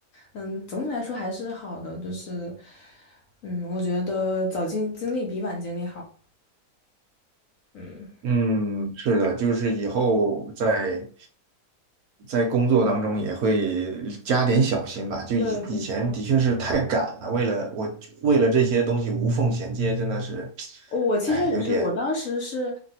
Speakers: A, on the left (about 60°); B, on the right (about 70°).
A: 嗯，总体来说还是好的，就是，嗯，我觉得早经经历比晚经历好，嗯。
B: 嗯，是的，就是以后在在工作当中也会加点小心吧。就以以前的确是太赶了，
A: 对，没错。
B: 为了我为了这些东西无缝衔接，真的是，
A: 我其实也是，
B: 哎，有点，
A: 我当时是，